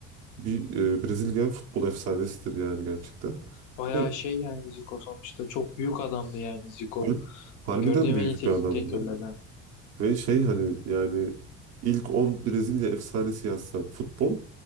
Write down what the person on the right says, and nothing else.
bir e, Brezilya futbol efsanesidir yani gerçekten.
Böyle
har- harbiden
büyük
bir adam
yani. Ve şey hani yani ilk 10 Brezilya efsanesi yazsan futbol